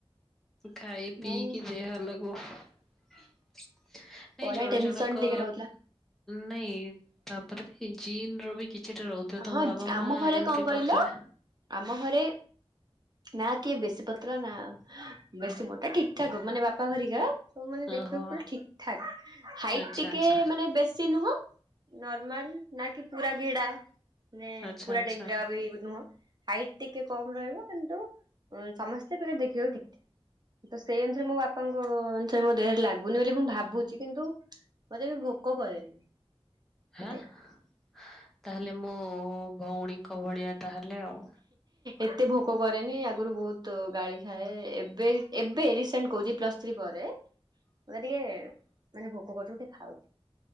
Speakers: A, in the centre; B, on the right.
A: ଖାଇ
B: ନାଇଁ
A: ପିଇକି
B: ନାଇଁ
A: ଦେହରେ ଲାଗୁ। ନାଇଁ
B: ପଢା
A: ଜଣ
B: ଟେନସନ
A: ଜଣକ,
B: ଟିକେ ରହୁଥିଲା
A: ନାଇଁ ତାପରେ ବି ଜିନ୍ ର ବି କିଛିଟା ରହୁ ତ ତମ
B: ହଁ
A: ବାବା
B: ଆମ
A: ମା
B: ଘରେ
A: ଏମତି
B: କଣ କହିଲ
A: ପତଲା।
B: ଆମ ଘରେ ନା କିଏ ବେଶୀ ପତଳା ନା ବେଶୀ ମୋଟା। ଠିକ୍ ଠାକ୍। ମାନେ ବାପା ହରିକା ସବୁ ମାନେ ଦେଖିବାକୁ
A: ଓହୋ
B: ପୁରା ଠିକ୍ ଠାକ୍। ହାଇଟ୍
A: ଆଚ୍ଛା
B: ଟିକେ
A: ଆଚ୍ଛା
B: ମାନେ ବେଶୀ ନୁହଁ ନର୍ମାଲ ନା କି ପୁରା ଗେଡା ମାନେ
A: ଆଚ୍ଛା
B: ପୁରା
A: ଆଚ୍ଛା
B: ଡେଙ୍ଗା ବି ନୁହଁ। ହାଇଟ୍ ଟିକେ କମ୍ ରହିବ, କିନ୍ତୁ ସମସ୍ତେ ପିଲା ଦେଖିବାକୁ ଠିକ୍ ଠିକ୍। ତ ସେଇ ଅନୁସାରେ ମୋ ବାପାଙ୍କ ଅନୁସାରେ ମୋ ଦେହରେ ଲାଗୁନି ବୋଲି ମୁଁ ଭାବୁଚି। କିନ୍ତୁ ମତେ ବି ଭୋକ କରେନି।
A: ହେଁ,
B: ମତେ।
A: ତାହେଲେ ମୋ ଭଉଣୀଙ୍କ ଭଳିଆ ତାହେଲେ ଆଉ।
B: ଏତେ ଭୋକ କରେନି। ଆଗରୁ ବହୁତ ଗାଳି ଖାଏ। ଏବେ ଏବେ ରିସେଣ୍ଟ କହୁଚି ଏ ପ୍ଲସ୍ ଥ୍ରି ପରେ
A: ହୁଁ
B: ମତେ ଟିକେ ମାନେ ଭୋକ କରୁଚି ମୁଁ ଟିକେ ଖାଉ